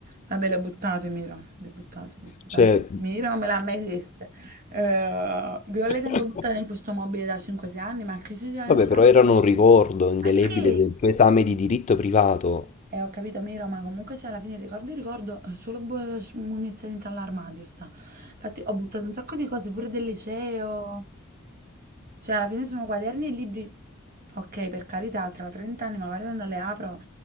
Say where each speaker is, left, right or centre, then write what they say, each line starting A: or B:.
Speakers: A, on the right; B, on the left.
A: Vabbè, le ho buttate, Miro. Le ho buttate, ho detto
B: cioè...
A: tanto. Miro non me l'ha mai chieste. Eh, io le
B: <laughs>
A: tengo buttate in questo mobile da 5-6 anni, ma che ci lascia?
B: Vabbè, però erano un ricordo indelebile
A: Ma di che?
B: del tuo esame di diritto privato.
A: Eh, ho capito, Miro, ma comunque se alla fine ricordo il ricordo, è solo bu- munizioni dentro all'armadio sta. Infatti ho buttato un sacco di cose, pure del liceo. Cioè, alla fine sono quaderni e libri. Ok, per carità, tra 30 anni magari quando le apro,